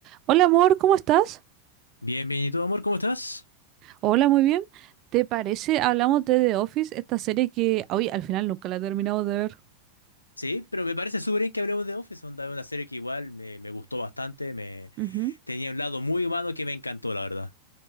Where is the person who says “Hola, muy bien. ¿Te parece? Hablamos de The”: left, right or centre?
Right